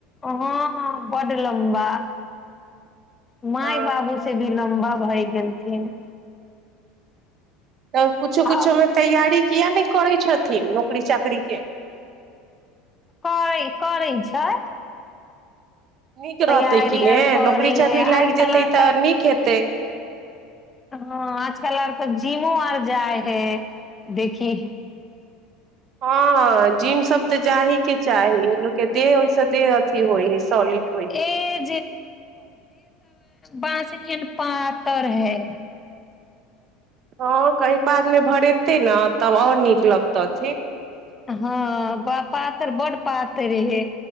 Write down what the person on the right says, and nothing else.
अ
तऽर कुछो कुछो
मे तैयारी किया ने करै छथिन नौकरी चाकरी के
नीक
रहतै कि ने
नौकरी चाकरी
लागि जेतै
नीक हेतै
हँ जिम सब तऽ जाहि के चाही लोकके देह ओहिसँ देह अथि होइ है सॉलिड होइ हइ
ओ कहिं बाद मे भरेते ने तब आओर नीक लगतै कथी